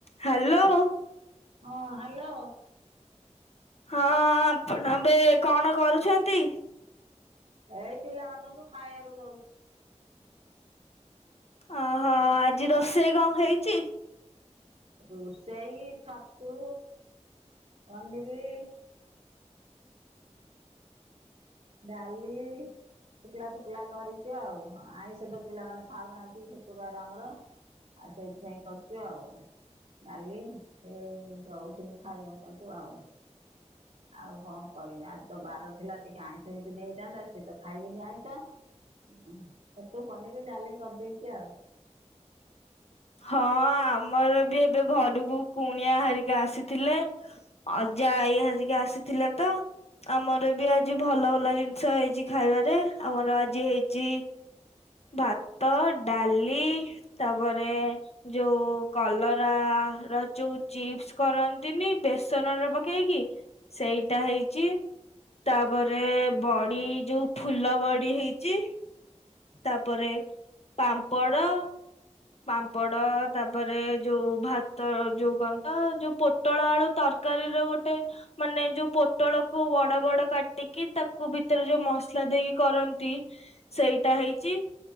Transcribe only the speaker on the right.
ହଁ hello.
ଏଇ ପିଲାମାନଙ୍କୁ ଖାଇବାକୁ ଦଉଛି।
ରୋଷେଇ ଛତୁ, ପନିରି। ଡାଲି ଶୁଖିଲା ଶୁଖିଲା କରିଛ ଆଉ ଆଇଁଷ ତ ପିଲାମାନେ ଖାଉନାହାନ୍ତି ଶୁକ୍ରୁବାର ଆମର ଆଉ ସେଇଥିପାଇଁ କରୁଛୁ ଆଉ ଡାଲି ଦଉଥିଲି ଖାଇବାକୁ ତାଙ୍କୁ ଆଉ। ଆଉ କଣ କରିବି ଆଜିତ ବାର ଥିଲା ଟିକେ ଆଇଁ ହେଇଥିନେ ହେଇଥିନ୍ତା ସିଏ ତ ଖାଇବେନି ଆଇଁସ ତୁ ବ ଡାଲି କରିଦେଇଚି ଆଉ